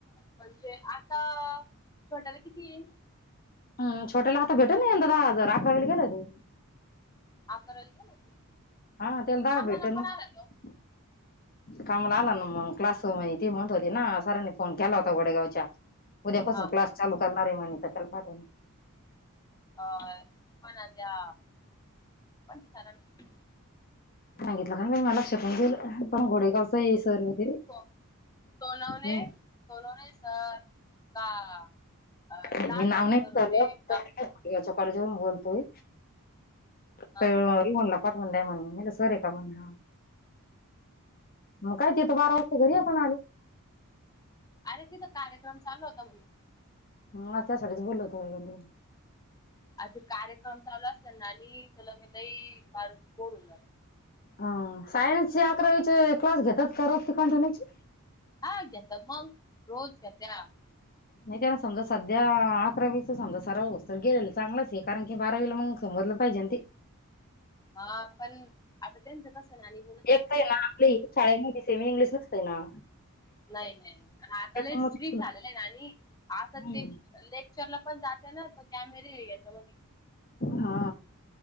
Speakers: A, on the left; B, on the left.
A: म्हणजे आता छोट्याला किती
B: हम छोट्याला आता भेटल ना दहा हजार अकरावीला गेलाय तो
A: अकरावीला गेलाय तो
B: हा त्याला दहा
A: कामाला
B: भेटल
A: पण
B: मग
A: आला <inaudible>
B: कामाला आला ना मग क्लास ती म्हणत होती ना सरांनी फोन केला होता वडगावच्या उद्यापासून
A: हा
B: क्लास चालू करणार आहे म्हणे तर त्याला पाठवून
A: अ पण त्या पण सरांना
B: सांगितलं काय नाही माया लक्षातुनच गेलं पण घोडेगावचं सर होते
A: सोन सोनावणे
B: हम्म
A: सोनावणे सर का अ
B: नाय
A: जाधव
B: मी नाव
A: सर
B: नाय
A: होते
B: विचारलं <unintelligible>
A: का
B: याच्या कॉलेज वरून बोलतोय.
A: ह
B: अअ त्यो म्हणला पाठवून द्या म्हणे मी म्हटलं सर ये काम्हणे हा मग काय ते त बारा वाजता घरी ये पण आले.
A: अरे तिथं कार्यक्रम चालू होता म्हणे
B: हा त्यासाठीच बोललो होतो <unintelligible>
A: आता ते कार्यक्रम चालू असले ना आणि लगे लय पार बोर होऊन जात.
B: हा सायन्स ची अकरावीचे क्लास घेतात का रोज ते कंटिन्यू ची
A: हा घेतात मग रोज घेत्या
B: नाय त्यांना समजा सध्या अकरावीचा समजा सराव होस्तवर गेलेल चांगलंच ये कारण की बारावीला मंग- समजलं पाहिजे न ते
A: हा पण आता त्यांचं कस नाणी
B: एकत ही ना आपल्या इ शाळेमध्ये सेमी इंग्लिश नसतय ना
A: नाय नाय अनं
B: त्याच्यामुळे
A: आता लय स्ट्रिक्ट झालेलंय नाणी आता ते
B: हम्म
A: लेक्चरला पण जाते ना त कॅमेरे ये याच्यामधी
B: हा